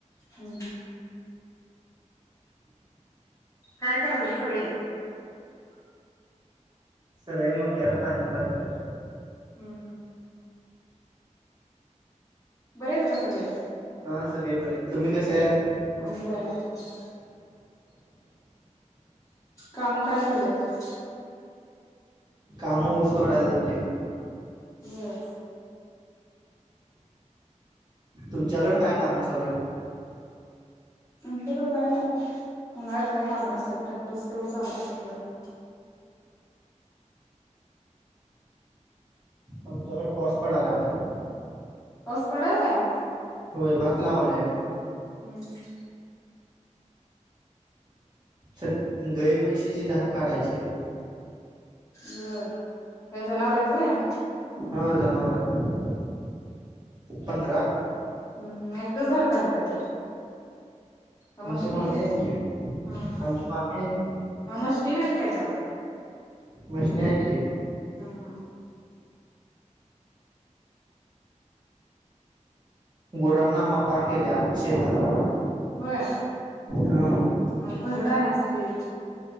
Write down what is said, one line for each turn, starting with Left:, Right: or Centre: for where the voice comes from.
Left: हम हम. काय करायल्यात सगळे.
Right: सगळे मक्याला पाणी पाजायल्यात.
Left: हम. बरे आहेत का सगळे.
Right: हा सगळे बरे आहेत, तुम्ही कसे आहेत.
Left: आम्ही बरं हाय. काम काय चालल्यात.
Right: कामं ऊस तोडाय जाती.
Left: बर
Right: तुमच्याकड काय काम चालू आहे.
Left: आमच्याकड काय नाय उन्हाळ्यात काय कामं नसत्यात ट्रॅक्टरस तेवढं चालू असतय जरा
Right: आमच्याकड पाऊस पडालाय आता
Left: पाऊस पडालाय
Right: ते भात लावोलय आम्ही
Left: हुं हुं
Right: सद गई म्हैशीची धार काढायची हाय.
Left: बरं, काय जनावर हाईत होय.
Right: हा जनावर आहेत पंधरा
Left: हुं हुं मं एकटच धार काढतय काय? का
Right: आमचे
Left: मशीनी
Right: मामे
Left: आहेत
Right: की
Left: हा हा
Right: आमचे मामे आहेत की
Left: म मशीनी नाहीत काय त्याला
Right: मशनी आहेत की,
Left: हा हा
Right: गुरांना मका केल्या शेतात
Left: होय
Right: हा
Left: आणि भरडा ना स्तील